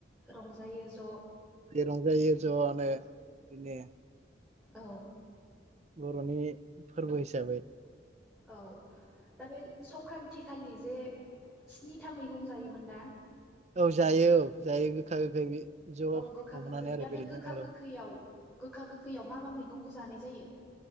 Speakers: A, in the centre; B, on the right.
A: रंजायो ज'
B: रंजायो ज'आनो बिदिनो
A: औ
B: बर'नि फोरबो हिसाबै
A: औ दा बे संक्रान्ति खालि जे स्निथा मैगं जायोमोन ना?
B: औ जायो औ जायो गोखा गोखै बे ज'
A: औ गोखा
B: हमनानै
A: गोखै
B: आरो
A: दा
B: बेदरजों
A: बे गोखा गोखैयाव
B: औ
A: गोखा गोखैयाव मा मा मैगंखौ जानाय जायो?